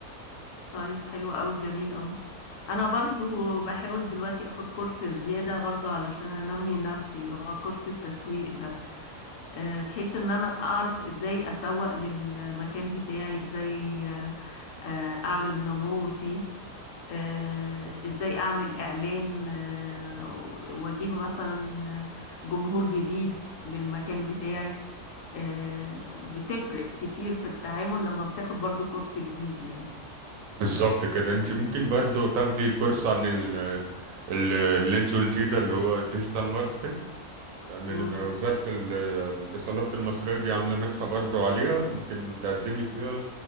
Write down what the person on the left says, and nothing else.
طيب حلو قوي جميل قوي انا برضو بحاول دلوقتي اخد كورس زيادة برضو علشان انمي نفسي اللي هو كورس التسويق ده آه، بحيث ان انا اعرف ازاي اسوق للمكان بتاعي ازاي آه، آه، اعمل نمو فيه آه، ازاي اعمل اعلان آه، واجيب مثلا جمهور جديد للمكان بتاعي آه، بتفرق كتير في التعامل لما بتاخد برضو كورس جديد يعني
مم.